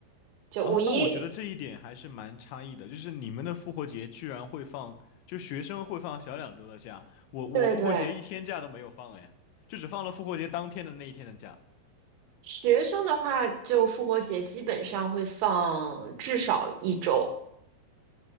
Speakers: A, on the right; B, on the left.
A: 就五一，
B: 哦，那我觉得这一点还是蛮差异的，就是你们的复活节居然会放，就学生会放小两周的假，我我复活节一天假都没有放哎，
A: 对对，
B: 就只放了复活节当天的那一天的假，
A: 学生的话就复活节基本上会放至少一周。